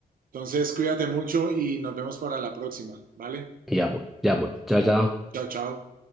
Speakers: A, on the right; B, in the centre.
A: entonces cuídate mucho y nos vemos para la próxima, ¿vale?
B: Ya pues, ya pues. Chao, chao.
A: Chao, chao.